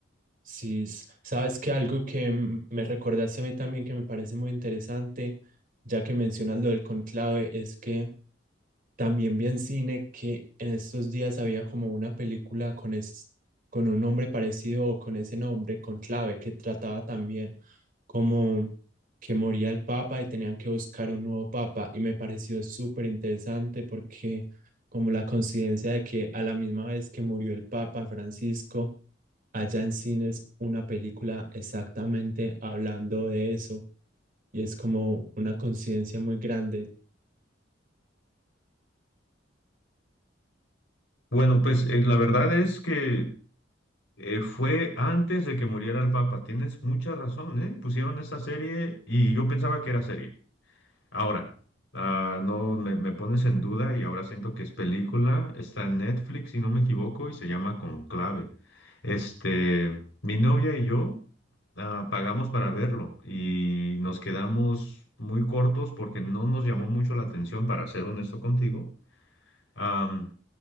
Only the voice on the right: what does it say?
Sí, s- sabes que algo que mm, me recordaste a mí también que me parece muy interesante, ya que mencionas lo del conclave, es que También vi en cine que en estos días había como una película con, es- con un nombre parecido o con ese nombre, con clave, que trataba también como que moría el papa y tenían que buscar un nuevo papa. Y me pareció súper interesante porque como la coincidencia de que a la misma vez que murió el papa Francisco, allá en cines una película exactamente hablando de eso. Y es como una coincidencia muy grande.